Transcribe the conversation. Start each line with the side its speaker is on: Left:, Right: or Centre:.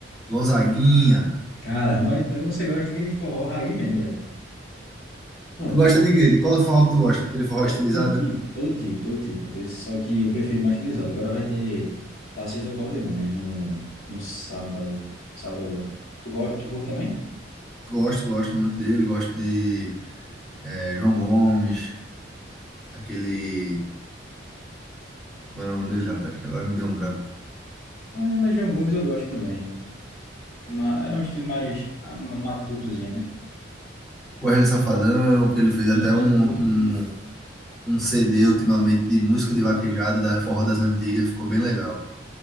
Centre: Gonzaguinha.
Left: Caramba, então você gosta daquele forró raiz mesmo, velho. Pronto,
Centre: Tu gosta de quê? De qual forró que tu gosta? Aquele forró
Left: to-
Centre: estilizado,
Left: todo tipo,
Centre: é?
Left: todo tipo, todo tipo. Tem- Só que eu prefiro mais utilizado. Agora vai ter Tarcísio do Acordeon, né? No, no sábado, sábado agora. Tu gosta, tu curte também?
Centre: Gosto, gosto muito dele. Gosto de é, João Gomes, aquele. Como era o nome dele, rapaz? Que agora me deu um branco.
Left: Ah, mas João Gomes eu gosto também. Ma- É um estilo mais ah, ma- matutozinho, né?
Centre: O Wesley Safadão, que ele fez até
Left: Sim.
Centre: um, um, um CD ultimamente de música de vaquejada da Forró das Antigas. Ficou bem legal.